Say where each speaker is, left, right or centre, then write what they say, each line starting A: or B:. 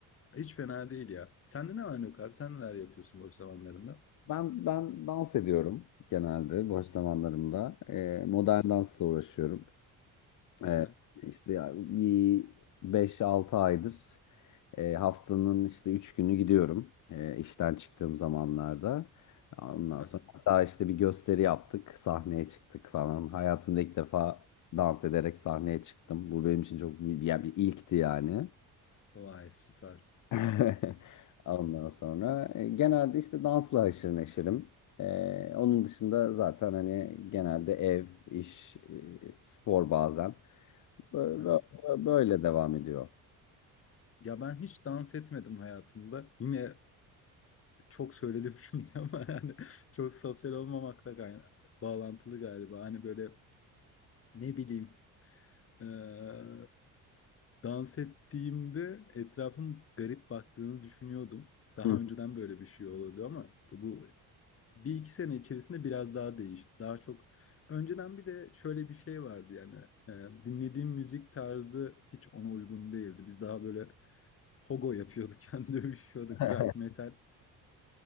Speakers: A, on the left; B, on the left.
A: hiç fena değil ya. Sende ne var ne yok abi? Sen neler yapıyorsun boş zamanlarında?
B: Ben ben dans ediyorum genelde boş zamanlarımda. Ee, modern dansla uğraşıyorum.
A: Aha,
B: Ee, işte ya bir beş altı aydır e, haftanın işte 3 günü gidiyorum e, işten çıktığım zamanlarda. Ondan
A: aha.
B: sonra hatta işte bir gösteri yaptık, sahneye çıktık falan. Hayatımda ilk defa dans ederek sahneye çıktım. Bu benim için çok büyük- yani bir ilkti yani.
A: Vay süper.
B: <laughs> Ondan sonra e, genelde işte dansla haşır neşirim. E, onun dışında zaten hani genelde ev, iş, e, spor bazen. Bö-
A: Aha.
B: bö- Böyle devam ediyor.
A: Ya ben hiç dans etmedim hayatımda. Yine çok söyledim <laughs> şimdi ama yani çok sosyal olmamakla gayna- bağlantılı galiba. Hani böyle ne bileyim Eee, dans ettiğimde etrafım garip baktığını düşünüyordum. Daha
B: Hı.
A: önceden böyle bir şey oluyordu ama bu bu bir iki sene içerisinde biraz daha değişti. Daha çok önceden bir de şöyle bir şey vardı yani eee, dinlediğim müzik tarzı hiç ona uygun değildi. Biz daha böyle pogo yapıyorduk, <laughs> yani dövüşüyorduk,
B: <laughs>
A: rock metal.